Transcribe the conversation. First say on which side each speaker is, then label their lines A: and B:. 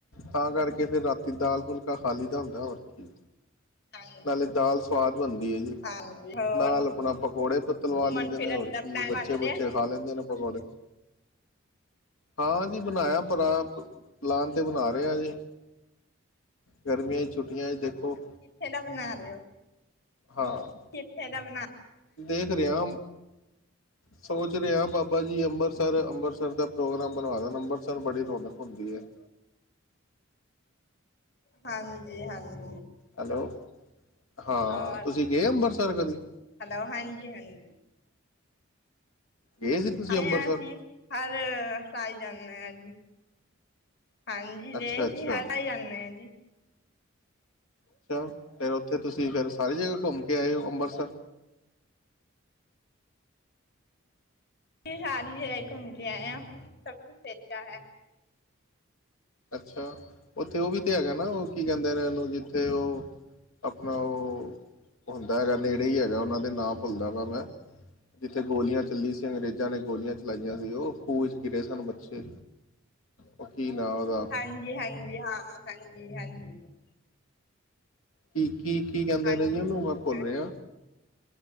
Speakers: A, on the left; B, on the left.
A: ਤਾਂ ਕਰਕੇ ਫਿਰ ਰਾਤੀ ਦਾਲ ਫੁਲਕਾ ਖਾ ਲਈਦਾ ਹੁੰਦਾ ਹੋਰ ਕੀ।
B: ਹਾਂਜੀ,
A: ਨਾਲੇ ਦਾਲ ਸਵਾਦ ਬਣਦੀ ਹੈ ਜੀ
B: ਹਾਂਜੀ ਹੋਰ
A: ਨਾਲ ਆਪਣਾ ਪਕੌੜੇ ਪਤਲਵਾ
B: ਘੁੰਮਣ
A: ਲੀਦੇ
B: ਫਿਰਨ
A: ਨੇ ਹੋਰ
B: ਦਾ
A: ਕੀ
B: ਪਲੈਨ
A: ਬੱਚੇ
B: ਬਣ ਰਿਹਾ?
A: ਬੇ ਦਿੰਦੇ ਨੇ ਪਕੋੜੇ ਹਾਂ ਜੀ ਬਣਾਇਆ ਭਰਾਪ- ਪਲਾਨ ਤਾਂ ਬਣਾ ਰਹੇ ਹਾਂ ਜੀ, ਗਰਮੀਆਂ ਚ ਛੁੱਟੀਆਂ ਦੇਖੋ
B: ਅੱਛਾ ਕਿੱਥੇ ਦਾ ਬਣਾ ਰਹੇ ਹੋ,
A: ਹਾਂ
B: ਕਿੱਥੇ ਦਾ <inaudible>
A: ਦੇਖ ਰਿਹਾਂ ਸੋਚ ਰਿਹਾਂ ਬਾ- ਬਾਬਾ ਜੀ ਅੰਮ੍ਰਿਤਸਰ-ਅੰਮ੍ਰਿਤਸਰ ਦਾ ਪ੍ਰੋਗਰਾਮ ਬਣਵਾਦਾ ਗਾ ਅੰਮ੍ਰਿਤਸਰ ਬੜੀ ਰੌਣਕ ਹੁੰਦੀ ਹੈ।
B: ਹਾਂਜੀ-ਹਾਂਜੀ,
A: ਹੈਲੋ, ਹਾਂ
B: ਹੋਰ
A: ਤੁਸੀਂ ਗਏ ਅੰਬਰਸਰ। ਸਰ ਕਦੀ
B: ਹੈਲੋ, ਹਾਂਜੀ-ਹਾਂਜੀ।
A: ਗਏ ਸੀ ਤੁਸੀਂ
B: ਅਸੀ
A: ਅੰਮ੍ਰਿਤਸਰ
B: ਹਰ ਸਾਲ ਜਾਂਦੇ ਹਾਂ ਜੀ। ਹਾਂਜੀ,
A: ਅੱਛਾ-ਅੱਛਾ,
B: ਅਸੀਂ ਹਰ ਸਾਲ ਜਾਂਦੇ ਹਾਂ ਜੀ।
A: ਅੱਛਾ, ਫਿਰ ਉੱਥੇ ਤੁਸੀਂ ਫਿਰ ਸਾਰੀ ਜਗ੍ਹਾ ਘੁੰਮ ਕੇ ਆਏ ਹੋ, ਅੰਮ੍ਰਿਤਸਰ
B: ਇਹ ਸਾਰੀ ਜਗ੍ਹਾ ਹੀ ਘੁੰਮ ਕੇ ਆਏ ਆ ਸਭ ਕੁਛ ਅੱਛਾ ਹੈ
A: ਅੱਛਾ, ਉੱਥੇ ਉਹ ਵੀ ਤੇ ਹੈਗਾ ਨਾ ਉਹ ਕੀ ਕਹਿੰਦੇ ਨੇ, ਓਹਨੂੰ ਜਿੱਥੇ ਉਹ ਆਪਣਾ ਉਹ ਹੁੰਦਾ ਹੈਗਾ, ਨੇੜੇ ਹੀ ਹੈਗਾ ਉਹਨਾਂ ਦੇ ਨਾਂ ਭੁੱਲ ਗਿਆ ਵਾ, ਮੈਂ ਜਿੱਥੇ ਗੋਲੀਆਂ ਚੱਲੀਆ ਸੀ। ਅੰਗਰੇਜ਼ਾਂ ਨੇ ਗੋਲੀਆਂ ਚਲਾਈਆਂ ਸੀ। ਉਹ ਖੂਹ ਚ ਗਿਰੇ ਸਨ ਬੱਚੇ ਉਹ ਕੀ ਨਾਂ ਉਹਦਾ
B: ਹਾਂਜੀ-ਹਾਂਜੀ। ਹਾਂ, ਹਾਂਜੀ- ਹਾਂਜੀ <inaudible>
A: ਠੀਕ ਕੀ-ਕੀ ਕਹਿੰਦੇ
B: ਹਾਂਜੀ
A: ਨੇ ਜੀ, ਉਹਨੂੰ
B: ਵਾਟਰ
A: ਮੈਂ ਭੁੱਲ ਰਿਹਾ